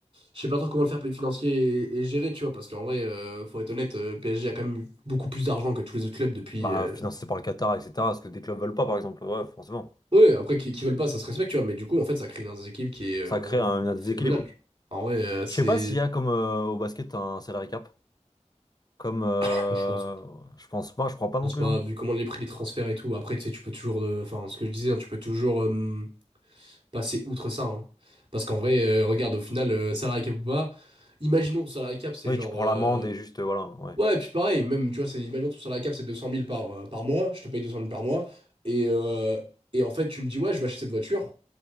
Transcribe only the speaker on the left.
Bah,
financé par le Qatar, etc. Parce que des clubs veulent pas, par exemple. Ouais, forcément.
Ça crée un, un
déséquilibre.
Je sais pas s'il y a comme euh, au basket un salary cap. Comme euh,
je pense pas, je crois pas
non plus.
hein.
Oui,
tu prends
l'amende et juste euh, voilà. Ouais.